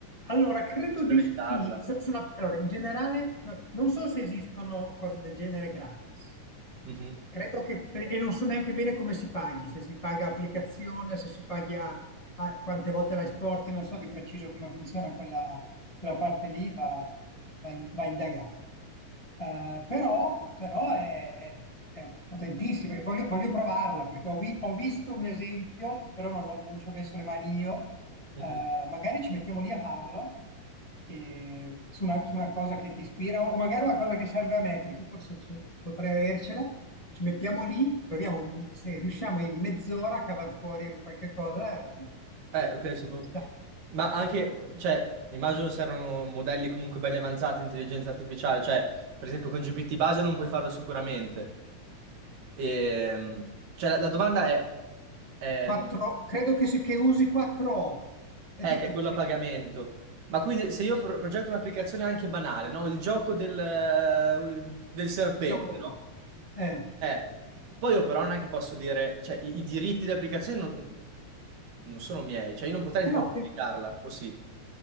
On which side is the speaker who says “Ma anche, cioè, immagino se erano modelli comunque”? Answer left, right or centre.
Right